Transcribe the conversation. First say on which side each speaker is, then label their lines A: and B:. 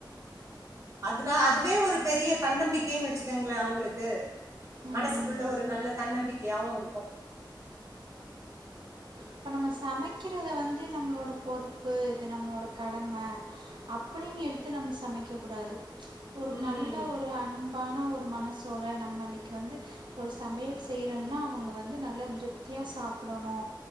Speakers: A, on the right; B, on the right.
A: அதுனா அதுவே ஒரு பெரிய தன்னம்பிக்கைன்னு வச்சுக்கோங்களே அவங்களுக்கு.
B: ம்
A: மனசுக்குள்ள ஒரு நல்ல தன்னம்பிக்கையாவு இருக்கு.
B: இப்ப நம்ம சமைக்கிறத வந்து நம்மளோட பொறுப்பு இது நம்மளோட கடம அ ப்படின்னு எடுத்து நம்ம சமைக்க கூடாது. ஒரு
A: ம்
B: நல்ல ஒரு அன் பான ஒரு மனசோட நம்ம இன்னைக்கி வந்து ஒரு சமையல் செய்யறோம்னா அவங்க வந்து நல்லா திருப்தியா சாப்படணு